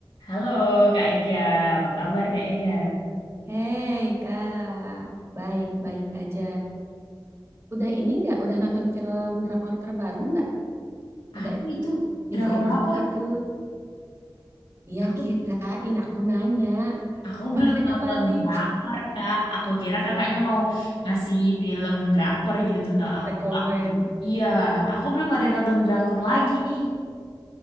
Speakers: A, on the left; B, on the right.
A: Halo Kak Ega, apa kabar Kak Ega?
B: Hei Kak, baik-baik aja. Udah ini nggak? Udah nonton film drakor terbaru nggak? Ada
A: Apa itu? Drakor
B: info-info
A: apa?
B: gitu. Iya
A: Aku
B: kirain aku nanya.
A: aku
B: Malah
A: belum
B: nanya
A: nonton
B: balik.
A: drakor Kak. Aku kira kakaknya mau ngasih film drakor gitu tentang
B: <laughs>
A: aku.
B: Rekomen.
A: aku. Iya,
B: Hmm.
A: aku belum ada nonton drakor lagi nih.